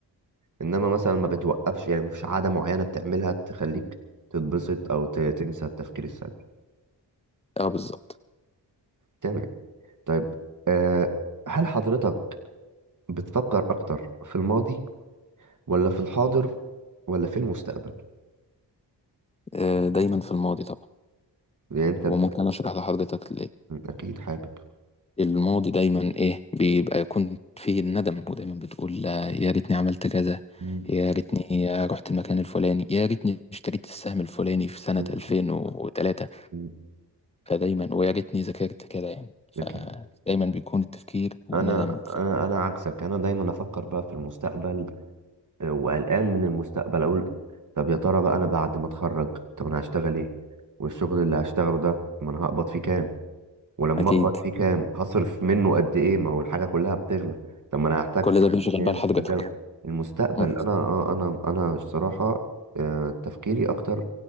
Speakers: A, on the right; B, on the left.
A: انما مثلا ما بتوقفش يعني مفيش عاده معينه بتعملها تخليك تتبسط او ت- تنسى التفكير السلبي
B: اه بالظبط
A: تمام طيب أه هل حضرتك بتفكر اكتر في الماضي ولا في الحاضر ولا في المستقبل
B: أه دايما في الماضي طبعا
A: يعني انت
B: وممكن اشرح لحضرتك ليه
A: اكيد حابب
B: الماضي دايما ايه بيبقى يكون فيه الندم ودايما بتقول آه، يا ريتني عملت كذا
A: مم.
B: يا ريتني رحت المكان الفلاني يا ريتني اشتريت السهم الفلاني في سنة
A: مم.
B: 2003
A: مم.
B: فدايما ويا ريتني ذاكرت كده يعني فدايما
A: اكيد
B: بيكون التفكير والندم
A: انا انا انا عكسك انا دايما افكر بقى في المستقبل آه، وقلقان من المستقبل اقول طب يا ترى بقى انا بعد ما اتخرج طب انا هشتغل ايه والشغل اللي هشتغله ده ما انا هقبض فيه كام ولما
B: أكيد
A: اقبض فيه كام هصرف منه قد ايه ما هو الحاجه كلها بتغلى طب ما انا هحتاج
B: كل
A: في
B: ده
A: يوم
B: بيشغل
A: من الايام
B: بال حضرتك
A: اجل المستقبل
B: مم.
A: انا آه، انا انا الصراحه آه، تفكيري اكتر